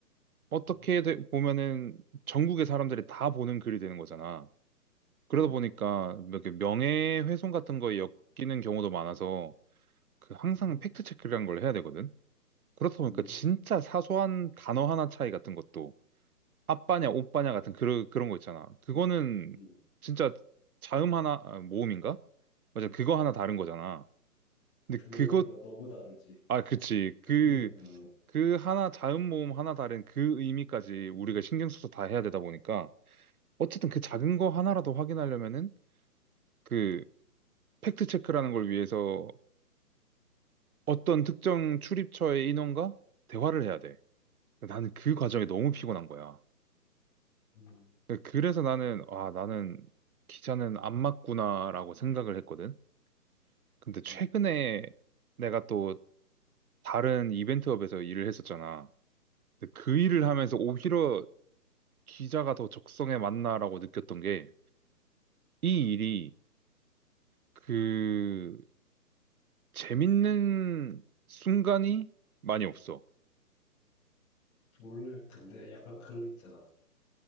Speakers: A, on the right (about 65°); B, on the left (about 20°).
A: 어떻게
B: 음,
A: 돼- 보면은 전국의 사람들이 다 보는 글이 되는 거잖아. 그러다
B: 음,
A: 보니까 뭐 이렇게 명예훼손 같은 거에 엮이는 경우도 많아서 그 항상
B: 음,
A: 팩트 체크라는 걸 해야 되거든. 그렇다 보니까
B: 음,
A: 진짜 사소한 단어 하나 차이 같은 것도 아빠냐 오빠냐 같은 그런 그런 거 있잖아. 그거는
B: 음.
A: 진짜 자음 하나 아, 모음인가? 맞아 그거 하나 다른 거잖아. 근데
B: 근데
A: 그것
B: 의미가 너무 다르지.
A: 아 그치
B: <laughs>
A: 그
B: 음,
A: 그 하나 자음 모음 하나 다른 그 의미까지 우리가
B: 음,
A: 신경 써서 다 해야 되다 보니까 어쨌든 그 작은 거 하나라도 확인하려면은 그 팩트 체크라는 걸 위해서 어떤 특정 출입처의 인원과 대화를 해야 돼. 나는 그 과정이 너무 피곤한 거야.
B: 음,
A: 그 그래서 나는, 아, 나는 기자는 안 맞구나라고 생각을 했거든. 근데 최근에
B: 음.
A: 내가 또 다른 이벤트업에서 일을 했었잖아. 근데 그
B: 그지?
A: 일을 하면서 오히려 기자가 더 적성에 맞나라고 느꼈던 게, 이 일이 그 재밌는 순간이 많이 없어.
B: 원래 근데 약간 그거 있잖아.